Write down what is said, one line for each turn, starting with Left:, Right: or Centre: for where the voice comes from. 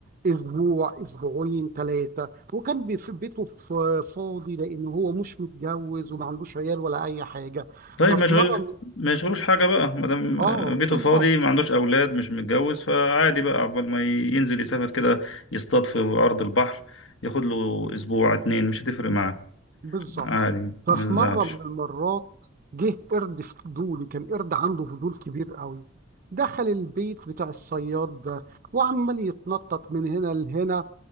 Right: أسبوع أسبوعين ثلاثة وكان بي- في بيته ف- فاضي لأن هو مش متجوز وما عندوش عيال ولا أي حاجة
Left: طيب
Right: ففي
Left: مشغول
Right: مرة من-
Left: ما يشغلوش حاجة بقى ما دام
Right: آه
Left: بيته
Right: بالظبط
Left: فاضي ما عندوش أولاد مش متجوز فعادي بقى عقبال ما ينزل يسافر كده يصطاد في أرض البحر ياخد له أسبوع اتنين مش هتفرق معاه
Right: بالظبط
Left: عادي
Right: ففي
Left: ما يزعلش
Right: مرة من المرات جه قرد فضولي كان قرد عنده فضول كبير قوي دخل البيت بتاع الصياد ده وعمال يتنطط من هنا لهنا